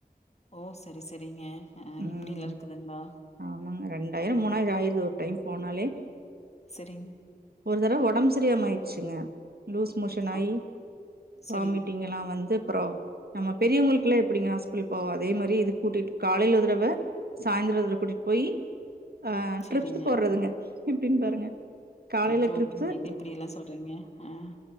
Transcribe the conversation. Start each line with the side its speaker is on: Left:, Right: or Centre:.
Left: ஓ சேரி சேரிங்க அஹ
Right: ம்.
Left: இப்படிலா இருக்குதுங்களா
Right: ஆமாங்க ஆயிருது ஒரு டைம் போனாலே.
Left: சரிங்.
Right: ஒரு தடவை ஒடம்புச தெரியாம ஆயிடுச்சிங்க லூஸ் மோஷன் ஆயி
Left: ஆ சரிங்,
Right: வாமிட்டிங் லா வந்து அப்புறம் நம்ம பெரியவங்களுக்கு எல்லாம் எப்படிங்க ஹாஸ்பிட்டலக்கு போவோம் அதே மாரி இத கூட்டிட்டு காலையில ஒருதடவை சாய்ந்திர ஒருதடவ கூட்டிட்டு போயி ஆஹ
Left: சரிங்க.
Right: ட்ரிப்ஸ் போடுறதுங்க எப்புடினு பாருங்க காலையில
Left: ஐயோ
Right: ட்ரிப்ஸு,
Left: என்ன இப்படியெல்லா சொல்றீங்க ஆஹ்